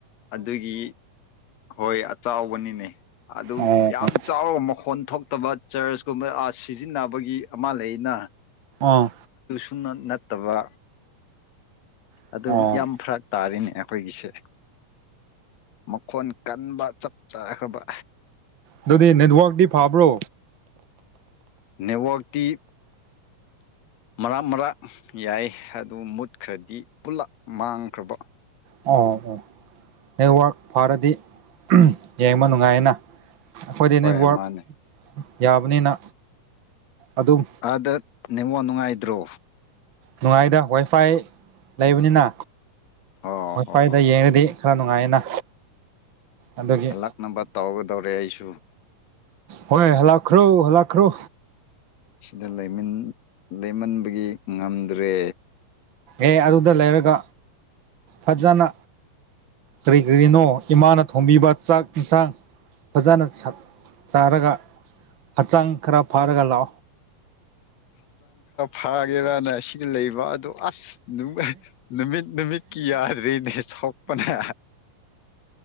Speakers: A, on the left; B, on the right.
A: ꯑꯗꯨꯒꯤ ꯍꯣꯏ ꯑꯆꯕꯅꯤꯅꯦ ꯑꯗꯨ
B: ꯑꯣ ꯑꯣ
A: ꯌꯥꯝ ꯆꯥꯎꯔꯕ ꯃꯈꯣꯟ ꯊꯣꯛ ꯐꯠꯇꯕ ꯆꯔꯆ ꯀꯨꯝꯕ ꯑꯥꯔꯠ ꯁꯤꯖꯤꯟꯅꯕꯒꯤ ꯑꯃ ꯂꯩ ꯑꯅ
B: ꯑꯥ
A: ꯁꯅ ꯅꯠꯇꯕ
B: ꯑꯣ
A: ꯑꯗꯨ ꯌꯥꯝ ꯐꯔꯛ ꯇꯥꯔꯤꯅꯦ ꯑꯩꯈꯣꯏꯒꯤꯁꯦ ꯃ ꯈꯣꯟ ꯀꯟꯕ ꯆꯞ ꯆꯥꯈ꯭ꯔꯕ
B: ꯑꯗꯨꯗꯤ ꯅꯦꯠꯋꯔꯇꯤ ꯐꯕ꯭ꯔꯣ
A: ꯅꯦꯋꯥꯛꯇꯤ ꯃꯔꯥ ꯃꯔꯥꯛ ꯌꯥꯏ ꯑꯗꯨ ꯃꯨꯠꯈ꯭ꯔꯗꯤ ꯄꯨꯜꯂꯞ ꯃꯥꯡꯈ꯭ꯔꯕ
B: ꯑꯣ ꯑꯣ ꯅꯦꯠꯋꯔꯛ ꯐꯔꯗꯤ ꯌꯦꯡꯕ ꯅꯨꯡꯉꯥꯏꯌꯦꯅ ꯑꯩꯈꯣꯏꯗꯤ
A: ꯍꯣꯏ
B: ꯅꯦꯠꯋꯔꯛ
A: ꯃꯥꯅꯦ
B: ꯌꯥꯕꯅꯤꯅ ꯑꯗꯨꯝ
A: ꯑꯗ ꯅꯦꯉꯣꯟ ꯅꯨꯡꯉꯥꯏꯗ꯭ꯔꯣ
B: ꯅꯨꯡꯉꯥꯏꯗ ꯋꯥꯏꯐꯥꯏ ꯂꯩꯕꯅꯤꯅ
A: ꯑꯣ
B: ꯃꯐꯥꯏꯗ
A: ꯍꯣ ꯍꯣ
B: ꯌꯦꯅꯗꯤ ꯈꯔ ꯅꯨꯡꯉꯥꯏꯌꯦꯅ ꯑꯗꯨꯒꯤ
A: ꯍꯜꯂꯛ ꯅꯝꯕꯔ ꯇꯧꯒꯗꯧꯔꯦ ꯑꯩꯁꯨ
B: ꯍꯣꯏ ꯍꯂꯈ꯭ꯔꯣ ꯍꯜꯂꯈ꯭ꯔꯣ
A: ꯁꯤꯗ ꯂꯩꯃꯤ ꯂꯩꯃꯟꯕꯒꯤ ꯉꯝ ꯇꯦ
B: ꯑꯦ ꯑꯗꯨꯗ ꯂꯩꯔꯒ ꯐꯖꯅ ꯀꯔꯤ ꯀꯔꯤꯅꯣ ꯏꯃꯥꯅ ꯊꯣꯝꯕꯤꯕ ꯆꯥꯛ ꯌꯦꯟꯁꯥꯡ ꯐꯖꯅ ꯆꯥꯔꯒ ꯍꯛꯆꯥꯡ ꯈꯔ ꯐꯥꯔꯒ ꯂꯥ
A: ꯐꯥꯒꯦꯔꯅ ꯁꯤꯗ ꯂꯩꯕ ꯑꯗꯨ ꯑꯁ ꯅꯨꯃꯤꯠ ꯅꯨꯃꯤꯠꯀꯤ ꯌꯥꯗ꯭ꯔꯦꯅꯦ ꯁꯣꯛꯄꯅ